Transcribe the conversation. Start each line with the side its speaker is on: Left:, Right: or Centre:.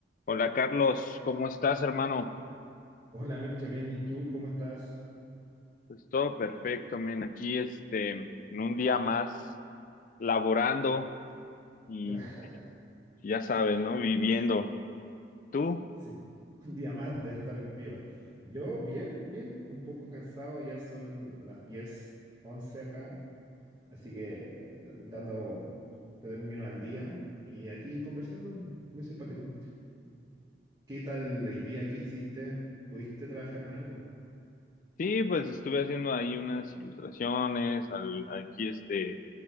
Left: Hola Carlos, ¿cómo estás, hermano?
Right: Hola Mircha, bien, ¿y tú cómo estás?
Left: Pues todo perfecto, men. Aquí, este, en un día más laborando y
Right: Claro,
Left: ya sabes, ¿no? Viviendo. ¿Tú?
Right: <laughs> sí, un día más de estar vivo. Yo bien, bien, un poco cansado, ya son las 10 11 acá, así que d- dando término al día y aquí conversando, muy simpático. ¿Qué tal el día que hiciste? ¿Pudiste trabajar en algo?
Left: Sí, pues estuve haciendo ahí unas ilustraciones, al- aquí, este,